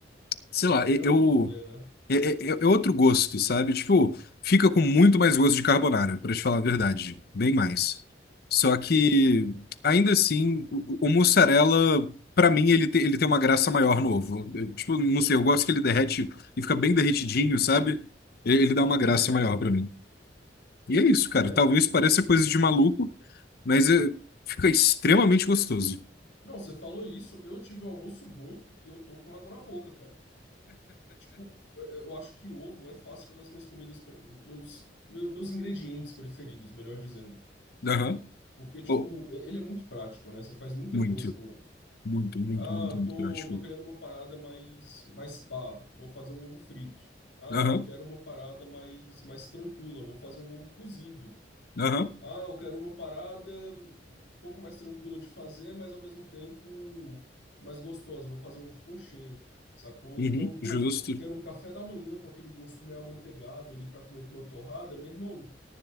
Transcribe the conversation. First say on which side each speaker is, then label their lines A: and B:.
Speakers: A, on the left; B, on the left.
A: sei lá, e-
B: É outro
A: eu.
B: rolê, né?
A: É, é- é é outro gosto, sabe? Tipo, fica com muito mais gosto de carbonara, pra te falar a verdade. Bem mais. Só que,
B: Aham,
A: ainda assim, o, o mussarela, pra mim, ele, te- ele tem uma graça maior no ovo. Eu, tipo, não sei, eu gosto que ele derrete e fica bem derretidinho, sabe? E- Ele, dá uma
B: tô
A: graça
B: ligado.
A: maior pra mim. E é isso, cara.
B: É,
A: Talvez
B: eu,
A: pareça
B: eu-
A: coisa de maluco, mas é- fica extremamente gostoso.
B: Não, você falou isso, eu tive um almoço bom e eu tô com água na boca, cara. Tipo, eu, eu acho que ovo é fácil, é uma das minhas comidas, pre- meus, meu- meus ingredientes preferidos, melhor dizendo.
A: Aham.
B: Porque, tipo,
A: Oh,
B: e- ele é muito prático, né? Você faz muita
A: muito,
B: coisa com ovo.
A: muito, muito,
B: Ah,
A: muito,
B: eu
A: muito
B: tô,
A: prático.
B: tô querendo uma parada mais, mais pá. Vou fazer um ovo frito. Ah,
A: Aham,
B: eu quero uma parada mais, mais tranquila. Vou fazer um ovo cozido.
A: aham.
B: Ah, eu quero uma parada um pouco mais tranquila de fazer, mas ao mesmo tempo mais gostosa. Vou fazer um ovo ponchê, sacou?
A: Uhum,
B: Então, pô,
A: justo.
B: quero um café da manhã com aquele gosto meio amanteigado ali pra comer com uma torrada. Meu irmão,